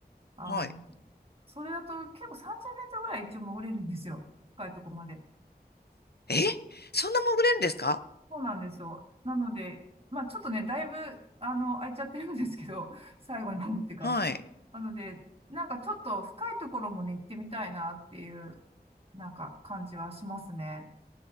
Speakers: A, on the right (about 35°); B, on the left (about 70°).
A: あの、
B: はい。
A: それだと結構30メートルぐらい一応潜れるんですよ。深いとこまで。
B: えそんな潜れるんですか
A: そうなんですよ。なので、まあちょっとね、だいぶ、あの、空いちゃってるんですけど、<laughs> 最後に潜ってから。
B: はい。
A: なので、なんかちょっと深いところもね、行ってみたいなっていう、なんか感じはしますね。